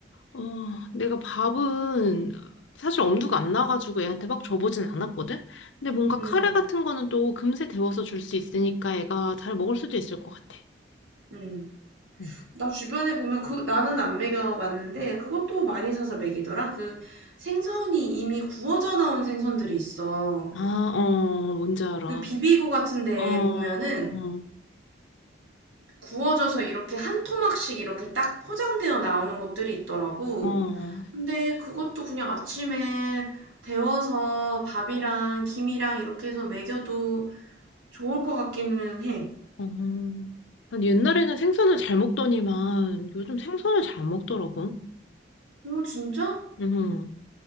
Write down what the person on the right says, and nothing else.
음,
음.
나 주변에 보면 그, 나는 안 먹여봤는데 그것도 많이 사서 먹이더라. 그 생선이 이미 구워져 나온 생선들이 있어.
그 비비고 같은데
보면은 구워져서 이렇게 한 토막씩 이렇게 딱 포장되어 나오는 것들이 있더라고.
근데 그것도 그냥 아침에 데워서 밥이랑 김이랑 이렇게 해서 먹여도 좋을 것 같기는 해.
어, 진짜?